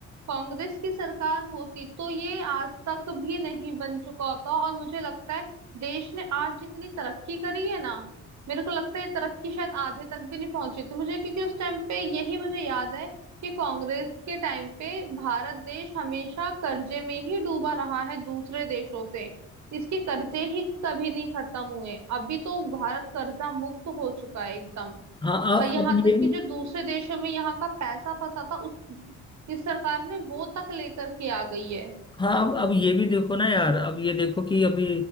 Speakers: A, on the right; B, on the left.
A: कांग्रेस की सरकार होती तो ये आज तक भी नहीं बन चुका होता और मुझे लगता है देश ने आज जितनी तरक्की करी है ना मेरे को लगता है ये तरक्की शायद आधे तक भी नहीं पहुंची थी मुझे क्योंकि उस टाइम पे यही मुझे याद है कि कांग्रेस के टाइम पे भारत देश हमेशा कर्जे में ही डूबा रहा है दूसरे देशों से इसके कर्जे ही कभी नहीं खत्म हुए अभी तो भारत कर्जा मुक्त हो चुका है एकदम
B: हाँ अ-
A: और यहाँ
B: अब
A: तक
B: ये
A: कि जो दूसरे देशों में यहाँ का पैसा फंसा था उस इस सरकार ने वो तक लेकर के आ गई है
B: हाँ अब अब ये भी देखो ना यार अब ये देखो कि अभी